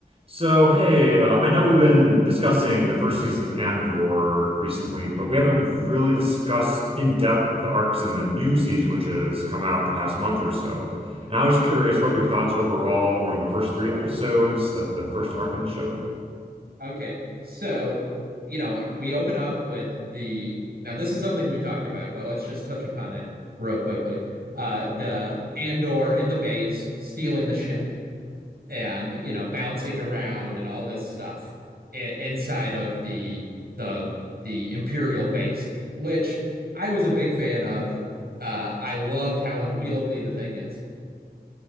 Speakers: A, on the right; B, on the right.
A: So, hey, uh, I know we've been discussing the first season of Andor recently, but we haven't really discussed in depth the arcs in the new season, which has come out the past month or so. And I was curious what your thoughts overall were on the first three episodes, the, the first arc in the show.
B: Okay. So, you know, we open up with the now this is something we talked about, but let's just touch upon it real quickly. Uh the Andor in the base stealing the ship and, you know, bouncing around and all this stuff i- inside of the the the Imperial base, which I was a big fan of. Uh I loved how unwieldy the thing is.